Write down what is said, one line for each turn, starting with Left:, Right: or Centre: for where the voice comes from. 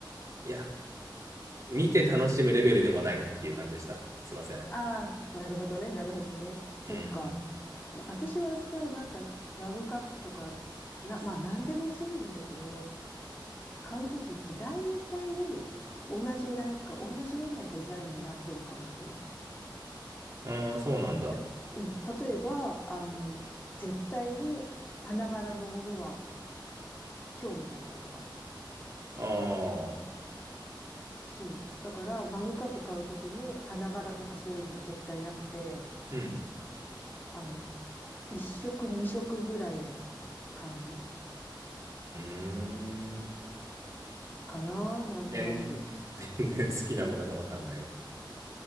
Right: いや、見て楽しむレベルでもないなっていう感じでした。すいません。
Left: ああ、なるほどね、なるほどね。そっか。
Right: うん。
Left: 私はさ、なんか、マグカップとか、な、まあ、なんでもそうなんだけど、買うときって大体、同じなんか、同じようなデザインになってるかもしれない。
Right: ああ、そうなんだ。あ
Left: たうん例えば、あの、絶対に花柄のものは興味がないとか。
Right: あ、
Left: そう。だから、マグカップ買うときに、花柄とかそういうのは絶対なくて、
Right: うん。
Left: あの、一色二色ぐらいの感じ
Right: うーん。
Left: かな、なんとなく。
Right: 全全然好きなものがわかんない。